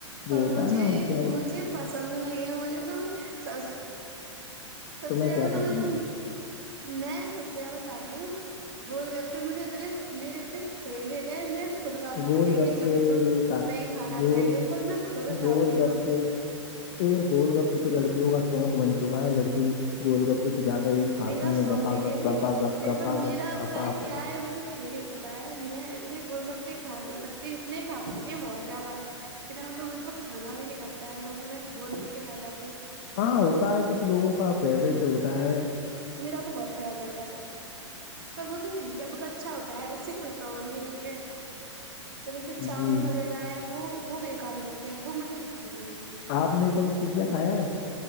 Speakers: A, on the right; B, on the left.
A: پر
B: وہ ہوتا
A: مجھے
B: ہے نا وہ کیا بول-
A: مجھے پسند نہیں ہے مجھے تو سبزی سب
B: تمہیں
A: سے زیادہ
B: کیا
A: تو
B: پسند
A: مجھے
B: ہے
A: میں سب سے زیادہ کھاتی ہوں گول گپ پے مجھے اتنے میرے اتنے فیوریٹ ہے خود بات
B: گول
A: کر رہی
B: گپے
A: ہیں کہ جنک
B: یہ
A: فوڈ
B: کا-
A: نہیں کھانا
B: گول
A: چاہیے پر میں خود کھاتی
B: گول گپپے
A: ہوں
B: یہ گول گپپے تو لڑکیوں کا شوق بن چکا ہے لڑکی گول گپ یہ تو زیادہ ہی کھاتی
A: میرا سونگ
B: ہیں گپا
A: نہیں
B: گپ
A: ہے یہ
B: گپا گپ
A: یہ
B: گپا
A: تو میرا
B: گپ اپا
A: پتا نہیں
B: اب
A: کیا ہے مجھے خود نہیں پتا ہے میں اتنے گول گپے کھالے سکتی اتنے کھا سکتے ہیں بہت زیادہ اتنا تو مجھ کو کھانا بھی نہیں کرتا ہے اتنا تو میں گول گپپے کھا جاتی ہوں
B: ہاں ہوتا ہے کچھ لوگوں کا فیوریٹ ہوتا ہے
A: میرا تو بہت فیوریٹ ہے پر وہ تو ٹھیک ہے وہ تو اچھا ہوتا ہے اس سے کوئی پرابلم نہیں ہوتی ہے پر جیسے چاؤمین
B: جی
A: وغیرہ وہ وہ بیکار ہوتی ہے وہ مجھے پسند نہیں ہے
B: آپ نے کبھی پیزا کھایا ہے